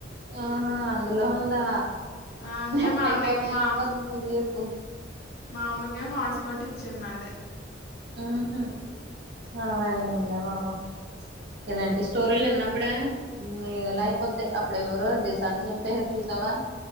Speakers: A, on the right (about 60°); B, on the left (about 55°).
A: ఆహా అందులో ఉందా
B: ఆ! అంటే
A: నెట్
B: మా
A: అయిపోతయ
B: అన్నయ్య మా
A: అవ్వదు ముందు జొప్పు
B: మా అమ్మకే హాట్స్పాట్ ఇచ్చాన్ నాదే
A: హ్మ్ హు వల్లయ్యిందే బాబు ఇలాంటి స్టోరీలు
B: హ్మ్.
A: ఇన్నప్పుడే ఏదోలా అయిపోద్ది అప్పుడెవరో దిసాని చంపేశారు చూసావా అ